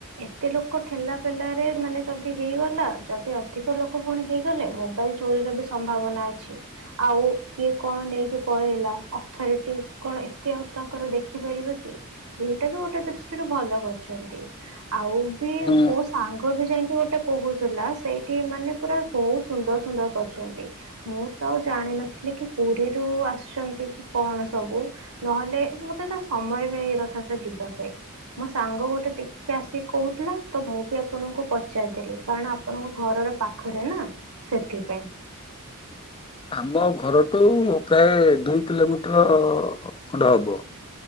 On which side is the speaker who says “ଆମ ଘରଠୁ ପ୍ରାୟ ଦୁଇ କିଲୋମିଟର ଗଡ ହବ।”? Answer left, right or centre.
Left